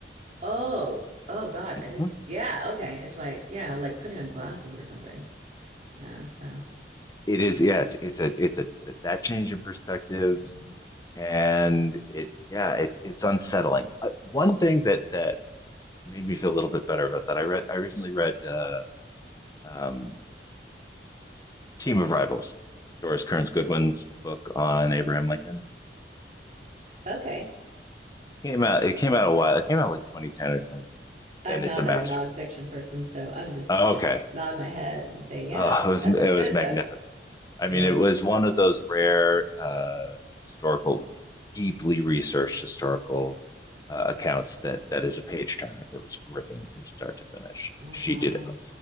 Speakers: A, on the right; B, on the left.
A: oh, oh God,
B: Mm-hmm.
A: I didn't see. Yeah. Okay. It's like, yeah, like putting on glasses or something. Yeah. So,
B: It is, yeah, it's, it's a, it's a, that change in perspective.
A: Mhm.
B: And it, yeah, it, it's unsettling. Uh, one thing that, that made me feel a little bit better about that, I read, I recently read, uh, um, Team of Rivals, Doris Kearns Goodwin's book on Abraham Lincoln.
A: okay.
B: Came out. It came out a while. It came out like 2010 or 20,
A: I'm
B: and
A: not
B: it's a masterpiece.
A: a nonfiction person, so I'm just
B: Oh,
A: gonna
B: okay,
A: nod my head and say, yeah,
B: oh, it was
A: that's
B: it
A: a good
B: was magnificent.
A: book.
B: I
A: Really.
B: mean, it was one of those rare uh, historical, deeply researched historical uh, accounts that that is a page turner that was gripping from start to finish.
A: Oh,
B: She
A: wow.
B: did a